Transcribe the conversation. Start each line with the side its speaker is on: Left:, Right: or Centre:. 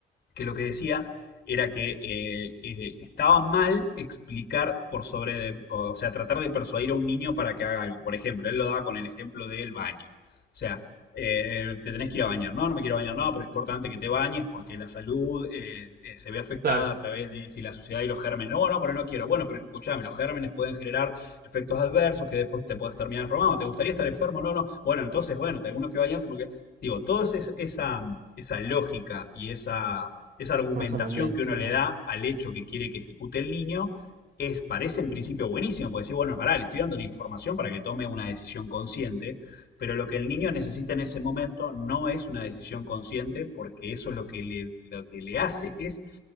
Left: que lo que decía era que eh, eh, estaba mal explicar por sobre, de- o sea, tratar de persuadir a un niño para que haga algo. Por ejemplo, él lo daba con el ejemplo del baño. O sea, eh, te tenés que ir a bañar. No, no me quiero bañar, no, pero es importante que te bañes porque la salud eh, eh, se ve afectada
Right: claro.
Left: a través de si la suciedad y los gérmenes. No, no, pero no quiero. Bueno, pero escuchame, los gérmenes pueden generar efectos adversos que después te puedes terminar enfermando. ¿Te gustaría estar enfermo? No, no. Bueno, entonces, bueno, tenemos que bañarse porque, digo, toda esa, esa lógica y esa esa argumentación
Right: Razonamiento.
Left: que uno le
Right: ajá.
Left: da al hecho que quiere que ejecute el niño, es, parece en principio buenísimo, porque decir, bueno, pará, le estoy dando la información para que tome una decisión consciente, pero lo que el niño necesita en ese momento no es una decisión consciente, porque eso lo que le, lo que le hace es,